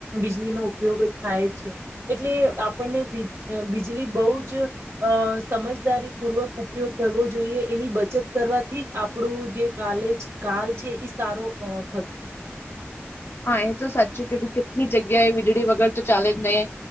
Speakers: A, on the right; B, on the left.
A: બીજળીનો ઉપયોગ થાય છે એટલે આપણને બીજ બીજ લી બહુ જ અ સમજદારી પૂર્વક ઉપયોગ કરવો જોઈએ એની બચત કરવાથી જ આપણું જે કાલે કાલ છે એ સારો અ થશે.
B: હા એ તો સાચું કીધું કે કેટલી જગ્યાએ વીજળી વગર તો ચાલે જ નહીં